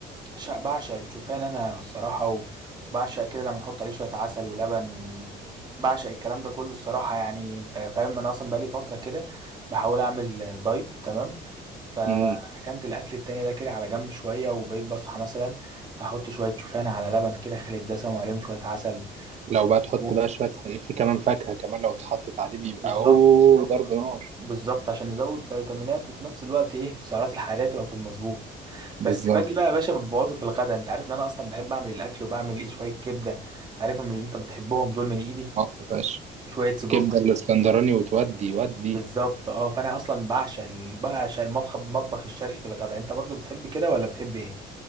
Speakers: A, on the right; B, on the right.
A: بعشق بعشق الشوفان انا الصراحه وبعشق كده لما نحط عليه شويه عسل ولبن وبعشق الكلام ده كله الصراحه يعني انت فاهم انا اصلا بقالي فتره كده بحاول اعمل دايت تمام فركنت
B: امم
A: الاكل التاني ده كده على جنب شويه وبقيت بصحى مثلا احط شويه شوفان على لبن كده خالي الدسم وعليهم شويه عسل
B: لو
A: وشويه
B: بقى تحط
A: موز
B: بقى شويه ف- في كمان فاكهه كمان لو اتحطت عليه بيبقى
A: بالظبط
B: اوه ضرب نار
A: بالظبط عشان يزود فيتامينات وفي نفس الوقت ايه السعرات الحراريه تبقى في المظبوط
B: بالظبط
A: بس باجي بقى يا باشا ببوظه في الغدا انت عارف ان انا اصلا بحب اعمل الاكل وبعمل ايه شويه كبده انت عارفهم اللي انت بتحبهم دول من ايدي
B: اه يا باشا
A: وشويه سجق
B: كبده الاسكندراني
A: إيه؟
B: وتودي ودي
A: بالظبط اه فانا اصلا بعشق ال- بعشق المطبخ المطبخ الشرقي في الغدا انت برضو بتحب كده ولا بتحب ايه